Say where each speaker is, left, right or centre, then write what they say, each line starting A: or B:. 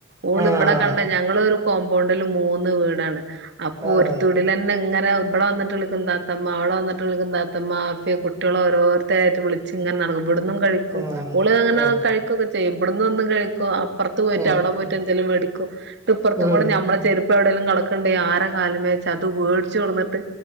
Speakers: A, on the right; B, on the right.
A: ഓളിവിടെ
B: ആഹ്
A: കണ്ട ഞ ങ്ങളൊരു ഒരു കോംബോണ്ടില് മൂന്ന് വീടാണ് അപ്പൊ
B: ആഹ്
A: ഒരു <unintelligible> ലന്നെ ഇങ്ങനെ ഇവിടെ വന്നട്ട് വിളിക്കും തത്തമ്മ അവിടെ വന്നിട്ട് വിളിക്കും തത്തമ്മാ കുട്ടികളോരുത്തരാട്ട് വിളിച്ച് ഇങ്ങനെ നടക്കും ഇവിടുന്നും കഴിക്കും
B: ആഹ്
A: ഓള് അങ്ങനെ
B: ആഹ്
A: കഴിക്കോക്കെ ചെയ്യും ഇവിടിന്നൊന്ന് കഴിക്കും അപ്പറത്ത് പോയിട്ട്
B: ആഹ്
A: അവിടെ പോയിട്ട് എന്തേലും മേടിക്കും എന്നിട്ട് ഇപ്പുറത്ത്
B: ഉം
A: കൂടെ ഞമ്മളെ ചെരു പ്പെവിടെങ്കിലും കെടക്കെണ്ടേ ആരെ കാലിമേ ച്ചത് വേടിച്ചു കൊണ്ടന്നിട്ട്